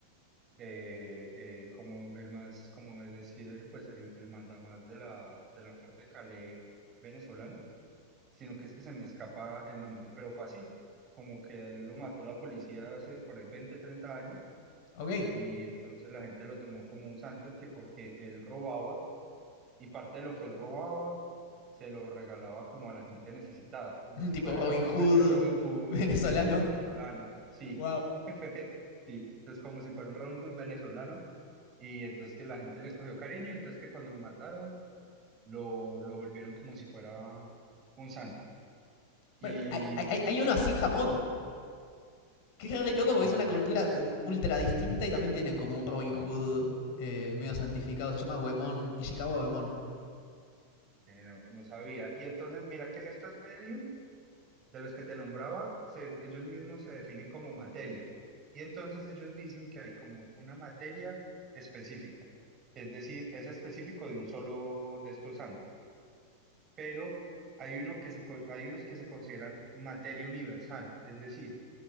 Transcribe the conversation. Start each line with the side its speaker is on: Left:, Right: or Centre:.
Right: de eh, como el más, como es decir, el, pues el, el mandamás de la, de la corte Calais venezolana, sino que es que se me escapa el nombre, pero fue así, como que a él lo mató la policía hace por ahí 20 30 años
Left: Ok.
Right: y entonces la gente lo tomó como un santo que porque él robaba y parte de lo que él robaba se lo regalaba como a la gente necesitada, como
Left: <laughs>
Right: si
Left: Tipo
Right: fuera
Left: Robin
Right: una
Left: Hood
Right: especie de Robin Hood
Left: <laughs> venezolano.
Right: eh, venezolano, sí.
Left: Wow.
Right: <laughs> Sí, es como si fuera un Robin Hood venezolano, y entonces que la gente le cogió cariño, entonces que cuando lo mataron, lo, lo volvieron como si fuera un santo. Y
Left: Bueno, hay, hay- hay uno así en Japón. Que es re loco porque
Right: no,
Left: es una cultura ultra distinta y también tienen como un Robin Hood eh, medio santificado. Se llama Uemon, Ishikawa Uemon.
Right: eh, no, no sabía. Y entonces, mira que estos medium de los que te nombraba, se- ellos mismos se definen como materia. Y entonces ellos dicen que hay como una materia específica. Es decir, es específico de un solo de estos santos. Pero hay uno que se, co- hay unos que se consideran materia universal. Es decir,